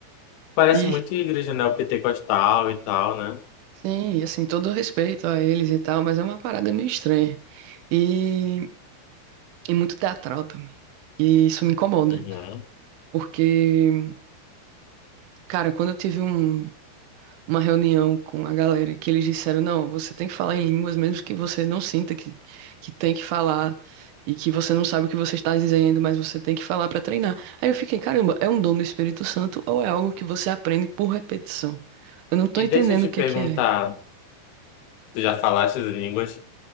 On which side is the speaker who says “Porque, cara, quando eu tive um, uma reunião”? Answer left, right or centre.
Right